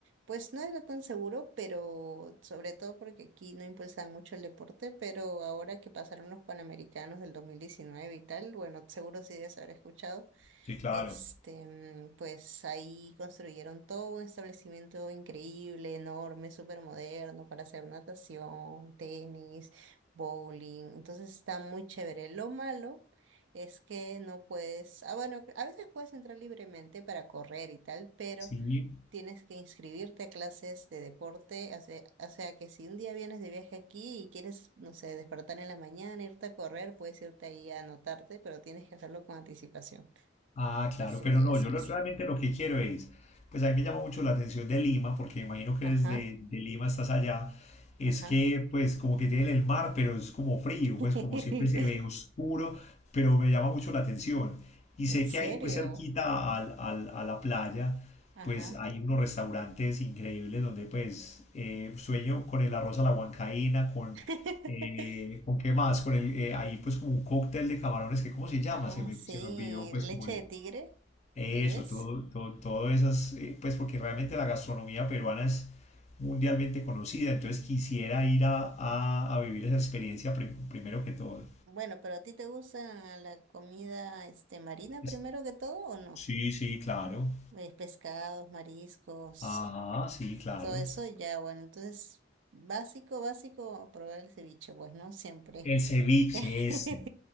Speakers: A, on the right; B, on the left.
A: pues no era tan seguro, pero sobre todo porque aquí no impulsaban mucho el deporte, pero ahora que pasaron los Panamericanos del 2019 y tal, bueno, seguro sí debes haber escuchado,
B: Sí, claro.
A: este, mm, pues ahí construyeron todo un establecimiento increíble, enorme, súper moderno para hacer natación, tenis, bowling. Entonces está muy chévere. Lo malo es que no puedes, ah, bueno, a veces puedes entrar libremente para correr y tal, pero
B: Sí,
A: tienes que inscribirte a clases de deporte. O sea, o sea que si un día vienes de viaje aquí y quieres, no sé, despertar en la mañana, irte a correr, puedes irte ahí a anotarte, pero tienes que hacerlo con anticipación.
B: Ah,
A: Así
B: claro, pero
A: que
B: no,
A: ya sabes.
B: yo lo- realmente lo que quiero es, pues a mí me llama mucho la atención de Lima, porque me imagino que
A: Ajá,
B: desde de Lima estás allá, es
A: ajá.
B: que pues como que tienen el mar, pero es como frío, pues
A: <laughs>
B: como siempre se ve oscuro, pero me llama mucho la atención. Y
A: ¿En
B: sé
A: serio?
B: que ahí pues cerquita al- al- a la playa,
A: Ajá.
B: pues hay unos restaurantes increíbles donde pues eh, sueño con el arroz a la huancaína, con,
A: <laughs>
B: eh, ¿con qué más? Con el, eh, ahí pues como un cóctel de camarones que ¿cómo se llama?
A: Ah,
B: Se me,
A: sí,
B: se me olvidó pues
A: leche
B: como el...
A: de tigre,
B: Eso,
A: tal vez.
B: todo, todo, todo esas, eh, pues porque realmente la gastronomía peruana es mundialmente conocida, entonces quisiera ir a, a- a vivir esa experiencia prim- primero que todo.
A: Bueno, pero ¿a ti te gusta la comida este marina
B: Es-
A: primero que todo o no?
B: Sí, sí, claro.
A: Eh, pescados, mariscos,
B: Ajá, sí, claro.
A: todo eso ya, bueno, entonces básico, básico, probar el ceviche, pues no siempre.
B: El ceviche
A: <laughs>
B: ese.